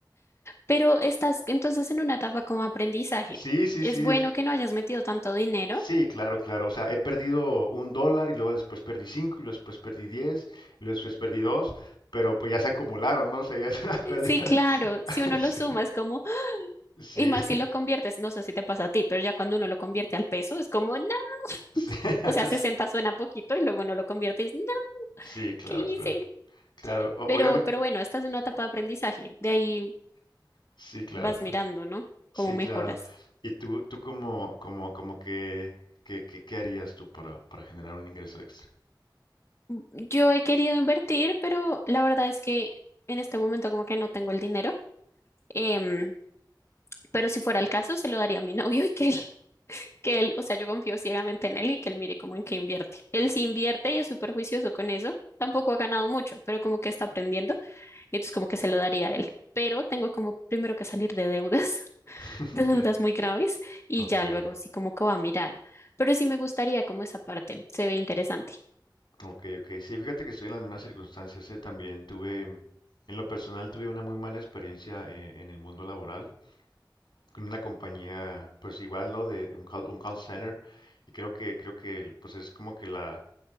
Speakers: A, on the left; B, on the left.
A: Pero estás entonces en una etapa como aprendizaje.
B: Sí, sí,
A: Es
B: sí, es,
A: bueno que no hayas metido tanto dinero.
B: Sí, claro, claro. O sea, he perdido un dólar y luego después perdí cinco y luego después perdí diez y luego después perdí dos, pero pues ya se acumularon, ¿no? O sea, ya <laughs> es una pérdida.
A: Eh, Sí, claro,
B: <laughs>
A: si uno lo
B: Sí,
A: suma es como,
B: sí,
A: y más si lo conviertes, no sé si te pasa a ti, pero ya cuando uno lo convierte al peso es como, no,
B: sí,
A: <laughs>
B: <laughs>
A: O sea, 60 suena poquito y luego uno lo convierte y dices, no,
B: sí, claro,
A: ¿qué hice?
B: claro. Claro, obviamente.
A: Pero, pero bueno, esta es una etapa de aprendizaje. De ahí
B: Sí, claro,
A: vas
B: claro.
A: mirando, ¿no? Cómo
B: Sí,
A: mejoras.
B: claro. ¿Y tú, tú como, como, como que, que, que- qué harías tú para, para generar un ingreso extra?
A: Yo he querido invertir, pero la verdad es que en este momento como que no tengo el dinero. Em, pero si fuera el caso, se lo daría a mi novio y que él, <laughs> que él, o sea, yo confío ciegamente en él y que él mire cómo en qué invierte. Él sí invierte y es súper juicioso con eso. Tampoco ha ganado mucho, pero como que está aprendiendo y entonces como que se lo daría a él. Pero tengo como primero que salir de deudas.
B: <laughs>
A: de dudas muy graves y
B: Ok,
A: ya luego sí como que va a mirar. Pero sí me gustaría como esa parte, se ve interesante.
B: Ok, ok. Sí, fíjate que estoy en las mismas circunstancias, eh, También tuve, mm, en lo personal, tuve una muy mala experiencia eh, en el mundo laboral con una compañía, pues igual, ¿no? De un call, un call center. Y creo que, creo que, pues es como que la,